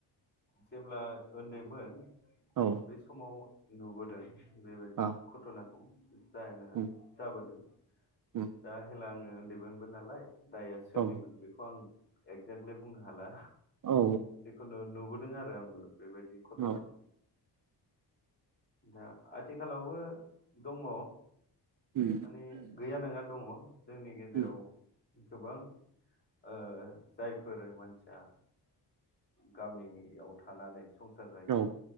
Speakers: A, on the left; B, on the right.
A: जेब्ला उन्दैमोन।
B: औ
A: बे समाव। नुबोदों। बेबायदि
B: औ
A: घट'ना। औ। जाया नङा
B: उम
A: जाबोदों।
B: उम
A: दा हेला। उन्दैमोनबो नालाय। दाया सोरोनिमोन
B: औ
A: बेखौ आं। एक्जेक्लि। बुंनो हाला।
B: औ
A: जेखुनु नुबो नुदों आरो आंबो। बेबायदि घट'नाखौ।
B: औ
A: दा आथिखालावबो। दङ
B: उम
A: माने गैया नङा दङ। जोंनि गेजेराव
B: उम।
A: गोबां ओ जायफोर मानसिया गामियाव थानानै। संसार जायो
B: औ